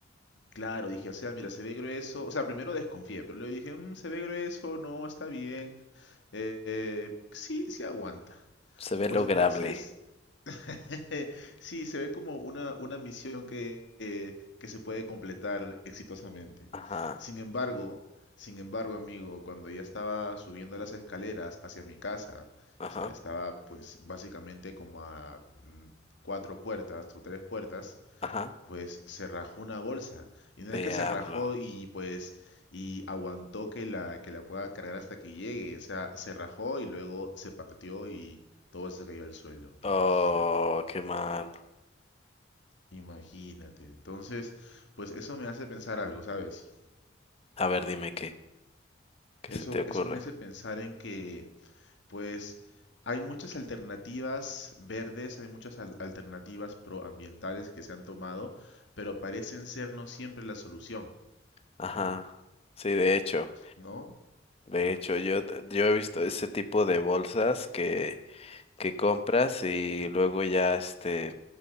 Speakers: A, on the left; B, on the left.
A: Claro, dije, o sea, mira, se ve grueso. O sea, primero desconfié, pero luego dije, "Mm, se ve grueso, no, está bien. eh, sí, sí aguanta.
B: Se ve
A: Pues
B: lograble.
A: entonces, <laughs> sí, se ve como una, una misión que, eh, que se puede completar exitosamente.
B: Ajá,
A: Sin embargo, sin embargo, amigo, cuando ya estaba subiendo las escaleras hacia mi casa,
B: ajá,
A: o sea, estaba pues básicamente como a mm, cuatro puertas o tres puertas,
B: ajá.
A: pues se rajó una bolsa. Y no
B: Diablo.
A: es que se rajó y pues y aguantó que la que la pueda cargar hasta que llegue, o sea, se rajó y luego se partió y todo se cayó al suelo. Imagínate,
B: Oh, qué mal.
A: imagínate. Entonces, pues eso me hace pensar algo, ¿sabes?
B: A ver, dime qué, qué
A: Eso
B: se te ocurre.
A: eso me hace pensar en que pues hay muchas alternativas verdes, hay muchas al- alternativas proambientales que se han tomado, pero parecen ser no siempre la solución,
B: Ajá. Sí, de hecho,
A: ¿no?
B: de hecho, yo, yo he visto ese tipo de bolsas que que compras y luego ya este